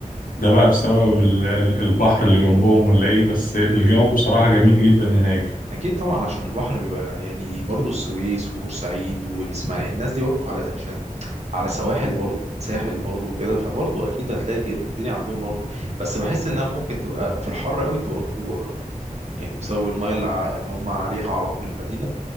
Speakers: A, on the left (about 75°); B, on the right (about 50°).
A: ده بقى بسبب ال- ال- البحر اللي جنبهم ولا ايه بس الجو بصراحة جميل جدا هناك
B: اكيد طبعا عشان البحر بيبقى يعني برضه السويس وبورسعيد والاسماعيليه الناس دي برضه على عشان على سواحل برضه ساحل برضه وكده فبرضه اكيد هتلاقي الجن- الدنيا عندهم برضه بس بحس انها ممكن تبقى في الحر قوي تبقى رطوبه بقى يعني بسبب المايه اللي, ع- اللي هم عليها على طول المدينه